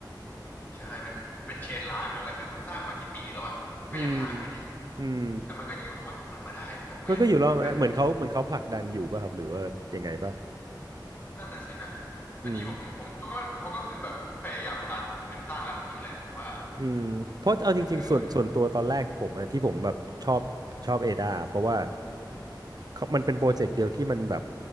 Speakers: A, on the left; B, on the right.
A: ใช่เป็นเป็นเชนล้างอ่ะแล้วคือมันสร้างมากี่ปีแล้วอ่ะก็ยังล้างอยู่ดี
B: อืมอืม
A: แต่มันก็อยู่รอดของมันมาได้นะผมก็ยังงงเหมือนกันว่า
B: มันก็อยู่รอดมาได้เหมือนเขาเหมือนเขาผลักดันอยู่ป่ะครับหรือว่ายังไงป่ะ
A: นั่นน่ะสินะอันนี้ผมผมเขาก็เขาก็คือแบบพยายามดันเหมือนสร้างลัทธิแหละผมว่า
B: อืม อืมเพราะเอาจริงๆส่วนส่วนตัวตอนแรกผมอะที่ผมแบบชอบชอบเอดาเพราะว่า
A: ก็คือ
B: เขามันเป็นโปรเจกต์เดียวที่มันแบบ